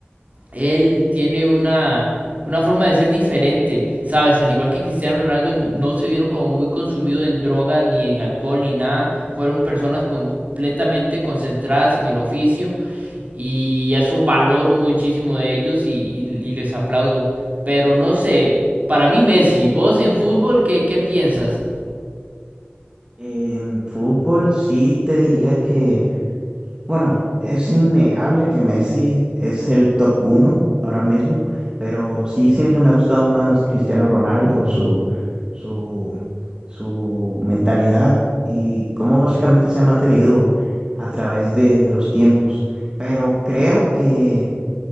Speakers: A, on the right (about 40°); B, on the right (about 20°).
A: él tiene una, una forma de ser diferente, ¿sabes? Al igual que Cristiano Ronaldo, no se vieron como muy consumidos en drogas, ni en alcohol, ni nada. Fueron personas completamente concentradas en el oficio y eso valoro muchísimo de ellos y, y- y les aplaudo. Pero no sé, para mí Messi, vos en fútbol, ¿qué, qué piensas?
B: En fútbol sí te diría que, bueno, es innegable que Messi es el top uno ahora mismo, pero sí siempre me ha gustado más Cristiano Ronaldo, su, su, su mentalidad y cómo básicamente se ha mantenido a través de de los tiempos. Pero creo que